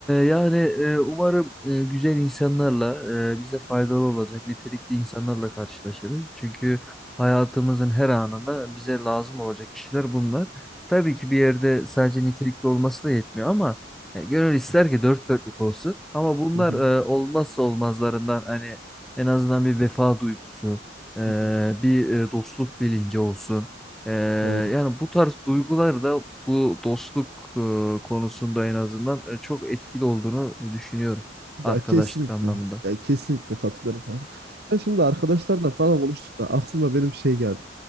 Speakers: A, in the centre; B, on the right (about 60°).
A: yani e, umarım e, güzel insanlarla e, bize faydalı olacak nitelikli insanlarla karşılaşırız. Çünkü hayatımızın her anında bize lazım olacak kişiler bunlar. Tabii ki bir yerde sadece nitelikli olması da yetmiyor ama e, gönül ister ki dört dörtlük olsun. Ama bunlar
B: Hı hı.
A: e, olmazsa olmazlarından hani en azından bir vefa duygusu, e,
B: Hı hı.
A: bir e, dostluk bilinci olsun. Ee,
B: Doğru.
A: yani bu tarz duygular da bu dostluk e, konusunda en azından e, çok etkili olduğunu düşünüyorum
B: Ya
A: arkadaşlık
B: kesinlikle.
A: anlamında.
B: Ya kesinlikle katılıyorum kanka. Ben şimdi arkadaşlarla falan konuştuk da aklıma benim şey geldi.